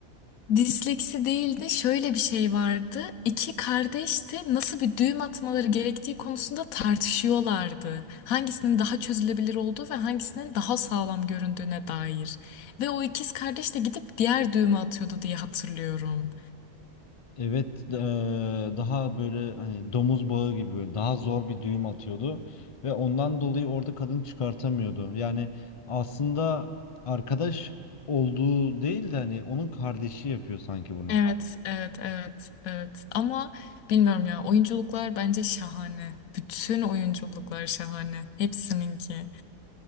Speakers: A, on the left (about 80°); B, on the left (about 40°).
A: Disleksi değil de şöyle bir şey vardı. İki kardeş de nasıl bir düğüm atmaları gerektiği konusunda tartışıyorlardı. Hangisinin daha çözülebilir olduğu ve hangisinin daha sağlam göründüğüne dair. Ve o ikiz kardeş de gidip diğer düğümü atıyordu diye hatırlıyorum.
B: evet e, daha böyle hani domuz bağı gibi böyle daha zor bir düğüm atıyordu ve ondan dolayı orada kadın çıkartamıyordu. Yani aslında arkadaş olduğu değil de hani onun kardeşi yapıyor sanki bunu.
A: Evet, evet, evet, evet. Ama bilmiyorum ya oyunculuklar bence şahane. Bütün oyunculuklar şahane. Hepsininki.